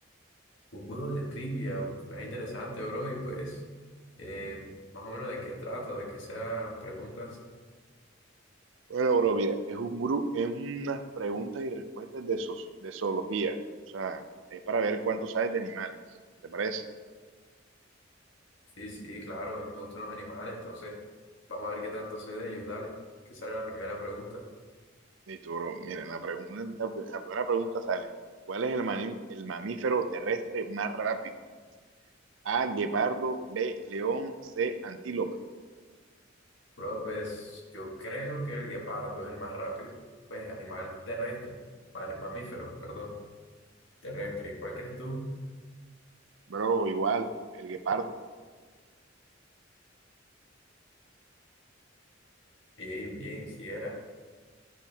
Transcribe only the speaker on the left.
Un juego de trivia, suena interesante, bro. Y pues, eh, más o menos de qué trata, de qué serán las preguntas.
Sí, sí, claro, a mí me gustan los animales, entonces vamos a ver qué tanto sé de ellos. Dale, que sale la primera pregunta.
Bro, pues yo creo que el guepardo es el más rápido. Pues animal terrestre, vale, mamífero, perdón, terrestre. ¿Cuál crees tú?
Bien, bien, si era.